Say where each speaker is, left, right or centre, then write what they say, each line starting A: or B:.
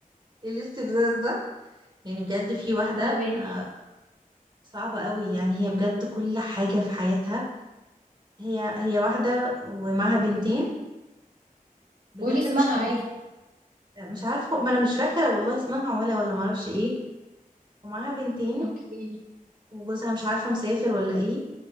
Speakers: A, on the right; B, on the right.
A: ايه الاستفزاز ده يعني بجد في واحده
B: فاهماكي
A: آه، صعبه قوي يعني هي بجد كل حاجه في حياتها هي هي واحده ومعاها بنتين بجد
B: قولي اسمها
A: مش طبيعي
B: عادي
A: مش عارفه ما انا مش فاكره والله اسمها ولا ولا ما اعرفش ايه ومعاها بنتين
B: اوكي
A: وجوزها مش عارفه مسافر ولا ايه